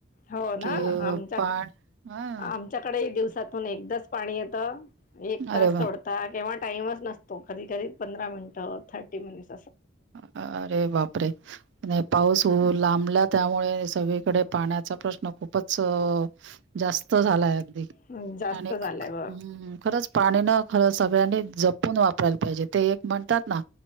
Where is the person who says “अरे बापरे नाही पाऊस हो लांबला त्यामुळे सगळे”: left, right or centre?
Right